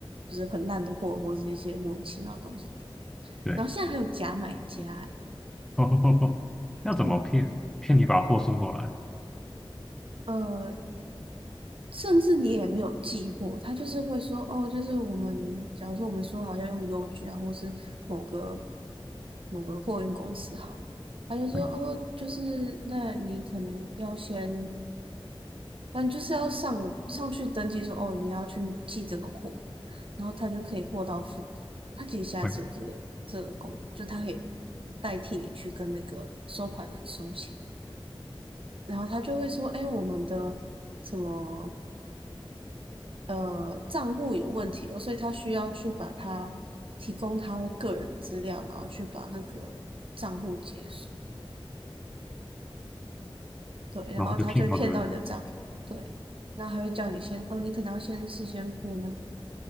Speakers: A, on the right; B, in the centre.
A: 是很烂的货，或是一些莫名其妙的东西。
B: 对，
A: 然后现在还有假买家、欸，
B: <laughs> 哦要怎么骗？
A: 对，
B: 骗你把货送过来，
A: 呃，甚至你也没有寄货，他就是会说，哦，就是我们，假如说我们说好要用邮局啊，或是某个某个货运公司好了，他就说，
B: 嗯
A: 哦，就是那你可能要先反正就是要上上去登记说，哦，你要去寄这个货，然后他就可以货到付款。他其实现在是有这个这个功能，
B: 嗯
A: 就他可以代替你去跟那个收款人收钱，然后他就会说，哎，我们的什么呃账户有问题了，所以他需要去把他提供他的个人资料，然后去把那个账户解锁。对，然后他就会骗到你的账，
B: 然后就骗到这边。
A: 对，然后还会叫你先，哦，你可能要先事先付那个